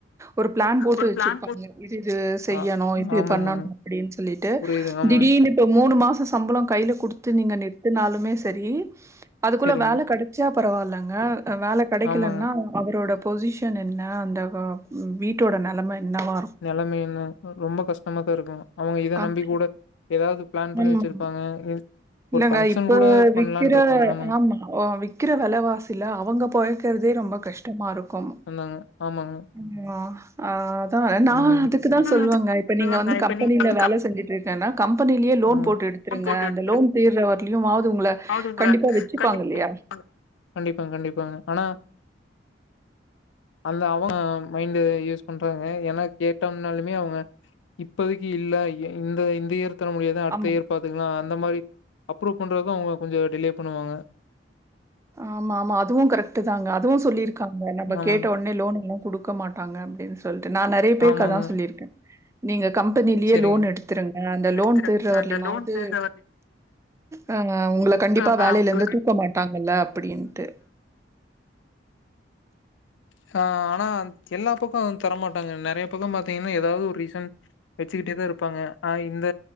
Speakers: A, on the right; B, on the left.
A: ஒரு பிளான் போட்டு
B: ஒரு
A: வெச்சிருப்பாங்க
B: பிளான் போட்
A: இது இது செய்யணு
B: ஆ
A: இது
B: ஆமாமாங்க.
A: பண்ணணு அப்டின் சொல்லிட்டு
B: புரியுது ஆமாங்க.
A: திடீர்னு இப்ப மூணு மாச சம்பள கையில குடுத்து நீங்க நிறுத்துனாலுமே சரி அதுக்குள்ள
B: சரிங்க.
A: வேல கெடச்சா பரவால்லங்க வேல கெடைக்கலனா
B: ஆமாங்க.
A: அவரோட பொசிஷன் என்ன அந்த வா வீட்டோட நெலம என்னவாக
B: நெலமைைல ரொம்ப கஷ்ட்டமா தா இருக்குங்க அவங்க இத
A: ஆமா.
B: நம்பி கூட எதாது பிளான் பண்ணி
A: ம்.
B: வச்சிருப்பாங்க
A: இல்லங்க
B: ஒரு ஃபங்க்ஷன்
A: இப்ப
B: கூட பண்லான்ட்டு
A: விக்கிற
B: இருப்பாங்க ஆமாங்க
A: ஆமா விக்கிற வெலவாசில அவங்க பொலய்க்கறதே ரொம்ப கஷ் ட்டமா இருக்கும்
B: ம் ஆமாங்க
A: ம் ஆ அதா நா
B: ம்
A: அதுக்குதா
B: ம்
A: சொல்வங்க
B: அது
A: இப்ப
B: சொல்லுவாங்க
A: நீங்க வந்து
B: இப்ப
A: கம்பெனில
B: நீங்க வந்து
A: வேல
B: கம்
A: செஞ்சிட்டு இரு க்கனா கம்பெனிலே லோன்
B: ஆமாங்க
A: போட்டு எடுத்திருங்க
B: ம் போட்டு
A: அந்த
B: எடுத்துருங்க
A: லோன் தீர்ற வரலயுமாது ஒங்கள
B: அதாவது உங்கள
A: கண்டிப்பா வெச்சிப்பாங்க
B: கண்டிப்பா
A: இல்லயா
B: எடுப்பாங்க. கண்டிப்பாங்க கண்டிப்பாங்க ஆனா அந்த அவ மைண்டு யூஸ் பண்றாங்க ஏனா கேட்டம்னாலுமே அவங்க இப்போதைக்கு இல்ல ஏ இந்த இந்த இயற்துல முடியாது அடுத்த
A: ஆமா.
B: இயற் பாத்துக்லா அந்த மாரி அப்ரூவ் பண்றது தா அவங்க கொஞ்ச டிலே பண்ணுவாங்க
A: ஆமா ஆமா அதுவு கரெக்ட் தாங்க அதுவு சொல்லியிருக்காங்க நம்ம
B: ஆமாங்க
A: கேட்ட ஒடனே லோன் எல்லா குடுக்க மாட் டாங்க அப்டின் சொல்ட்டு நா நெறைய பேருக்கு
B: ஆமாங்க
A: அதா சொல்லிர்க்கே நீங்க கம்பெனிலே
B: செரிங்க
A: லோன் எடுத்துருங்க அந்த
B: எடுத்துருங்க
A: லோன் தீர்ற வர்லிமாது
B: அந்த லோன் தீர்ற வரைலு
A: ஆ ஒங்கள கண்டிப்பா
B: ஆ
A: வேலைல
B: உங்கள
A: இருந்து
B: கண்டிப்பா
A: தூக்க மாட்டாங்கல்ல அப்டின்ட்டு
B: சா ஆனா எல்லா பக்கோ வந் தரமாட்டாங்க நெறைய பக்க பாத்தீங்கன்னா எதாது ஒரு ரீசன் வெச்சிகிட்டேதா இருப்பாங்க ஆ இந்த